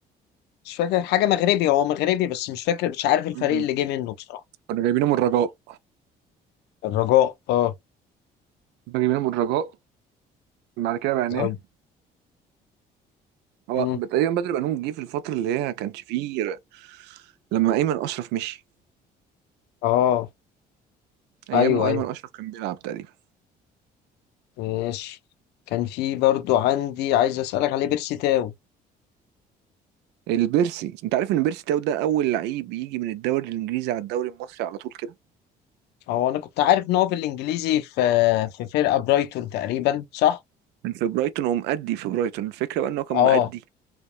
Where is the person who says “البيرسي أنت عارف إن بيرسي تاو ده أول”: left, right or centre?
Right